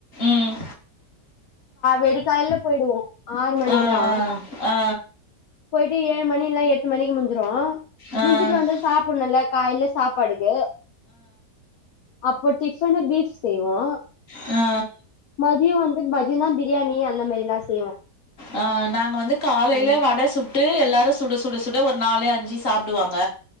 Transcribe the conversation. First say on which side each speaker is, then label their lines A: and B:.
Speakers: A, on the left; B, on the left.
A: ம்
B: வெடிக்காலைல போயிடுவோ ஆறு மணிக்குல்லா
A: ஆ ஆ ஆ
B: போயிட்டு ஏழு மணி இல்லான எட்டு மணிக்கு முடிஞ்சுரும்
A: ஆ, ஆ,
B: முடிஞ்சிட்டு வந்து சாப்பிடும்ல்ல காயில சாப்பாடுக்கு அப்போ டிபன்னு பீஃப் செய்வோ
A: ஆ
B: மதியம் வந்து பாதினா பிரியாணி அந்த மாறி எல்லா செய்வோ
A: ஆ நாங்க வந்து காலையில
B: ஆமா
A: வட சுட்டு எல்லாரும் சுட சுட சுட ஒரு நாலு அஞ்சு சாப்பிடுவாங்க